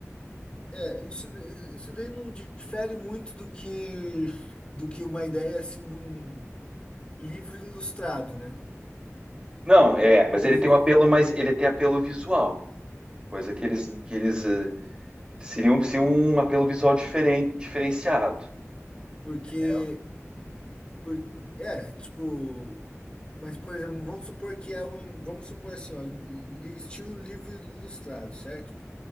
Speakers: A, on the left; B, on the right.
A: É, isso, isso daí não difere muito do que, do que uma ideia assim de um livro ilustrado, né?
B: Não, é, mas
A: Por,
B: ele
A: ex-
B: tem um apelo, mas ele tem apelo visual, coisa que eles que eles eh, seriam, seria um apelo visual diferente, diferenciado,
A: porque
B: entendeu?
A: Por, é, tipo, mas por exemplo, vamos supor que é um, vamos supor assim, ó, li- estilo livro ilustrado, certo?